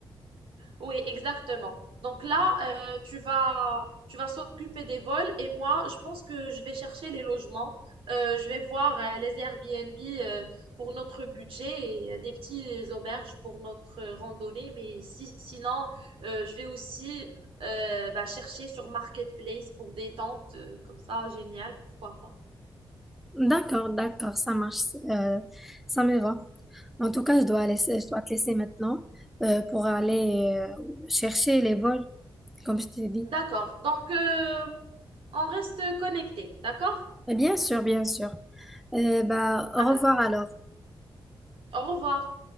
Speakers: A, on the right (about 80°); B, in the centre.
A: Oui, exactement. Donc là, euh, tu vas, tu vas s'occuper des vols et moi, je pense que je vais chercher les logements. Euh, je vais voir euh, les Airbnb euh, pour notre budget et euh, des petites auberges pour notre euh, randonnée. Mais si- sinon, euh, je vais aussi euh, bah, chercher sur Marketplace pour des tentes euh, comme ça, génial, pourquoi pas.
B: D'accord, d'accord, ça marche, euh, ça me va. En tout cas, je dois laisser, je dois te laisser maintenant euh, pour aller euh, chercher les vols, comme je t'ai dit.
A: D'accord. Donc, euh, on reste connecté, d'accord?
B: Et bien sûr, bien sûr. Euh, bah, au
A: Voilà.
B: revoir alors.
A: Au revoir.